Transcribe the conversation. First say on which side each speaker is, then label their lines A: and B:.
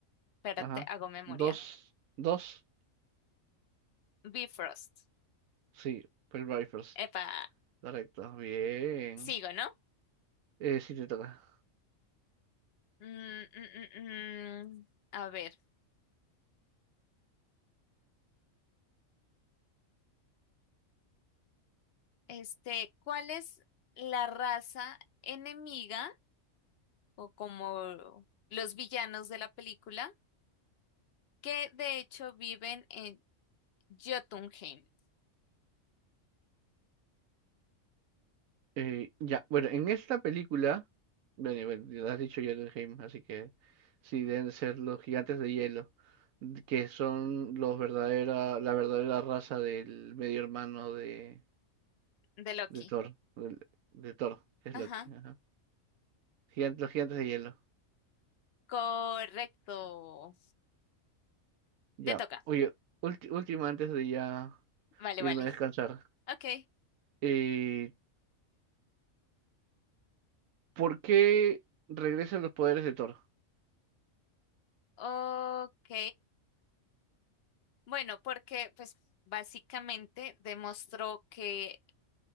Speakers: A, on the left; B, on the right.
A: Espérate,
B: Ajá.
A: hago memoria.
B: Dos, dos,
A: Bifrost.
B: sí, Pearl First.
A: Epa,
B: Correcto, bien.
A: sigo, ¿no?
B: Eh, sí, te toca.
A: Mm, mm, mm, mm. A ver, este, ¿cuál es la raza enemiga? o como los villanos de la película, que de hecho viven en Jotunheim,
B: Eh, ya, bueno, en esta película, bueno, y bueno, ya has dicho Jotunheim, así que sí, deben ser los gigantes de hielo, d- que son los verdadera, la verdadera raza del medio hermano de,
A: de Loki.
B: de Thor, del- de, Thor, que es
A: Ajá,
B: Loki. ajá. Gigan- los gigantes de hielo.
A: correcto.
B: Ya,
A: Te toca.
B: oye, ulti- última antes de ya
A: Vale,
B: irme
A: vale.
B: a descansar.
A: Ok,
B: Eh, ¿por qué regresan los poderes de Thor?
A: ok. Bueno, porque pues básicamente demostró que